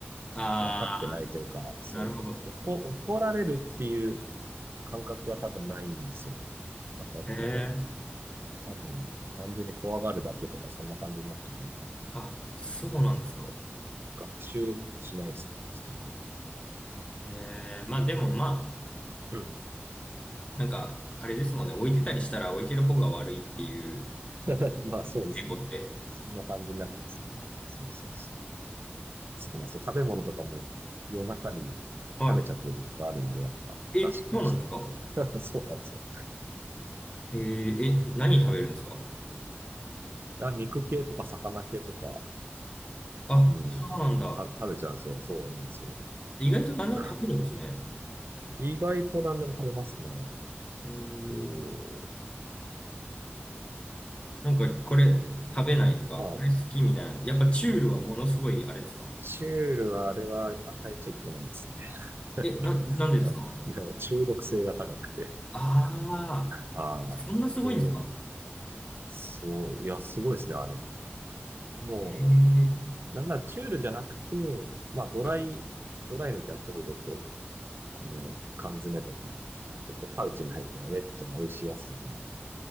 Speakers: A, on the left (about 25°); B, on the right (about 60°).
A: ああ、
B: 分かってないというか、そう、
A: なるほど。
B: 怒、怒られるっていう感覚が多分ないんですよ。だから、
A: へえ。
B: なんか、多分、単純に怖がるだけとか、そんな感じになっちゃうんで、
A: あ、そうなんですか。
B: その、学習しないですね、それで。
A: へえ。まあでもまあ、
B: うん。
A: なんか、あれですもんね。置いてたりしたら置いてる方が悪いっていう、
B: <laughs> まあ、そうですね。
A: 猫って。
B: そんな感じになっちゃうんですね。そうそうそう。そうなんですよ。食べ物とかも夜中に食べちゃってる時とかあるんで、
A: は
B: やっぱ出しっぱにしとくと。
A: い。え、そうなんですか。
B: <laughs> そうなんですよ。
A: えー、え、何食べるんですか。
B: あ、肉系とか魚系とか、
A: あ、
B: うん、
A: そうなんだ。
B: た、食べちゃうんですよ。そうなんですよ。
A: 意外と何でも食べるんですね。
B: <clears throat> 意外と何でも食べますね。
A: へえ。
B: お
A: なんか、これ食べないとか、
B: でも、あ、
A: これ好きみたいな。やっぱチュールはものすごい、あれですか
B: チュールはあれは与えちゃいけないんですね。
A: え、な、なんでですか
B: <laughs> あでも中毒性が高くて。
A: ああ
B: ああ、
A: ー、そんなすごいんですか
B: で、そう、いや、すごいですね、あれ。も
A: ええ
B: う、なんならチュールじゃなくて、まあ、ドライ、
A: ー。
B: ドライのキャットフードと、あの、缶詰とかね、ちょっとパウチに入ったウェットの美味しいやつとか、